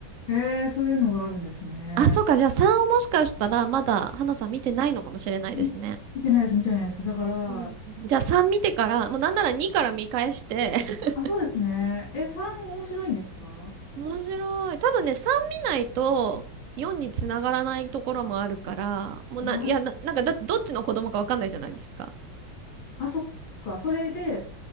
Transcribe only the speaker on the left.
へえ、そういうのがあるんですね。
うん見てないです、見てないです。だから、
あ、そうですね。え、3面白いんですか
なる
あ、そっか。それで、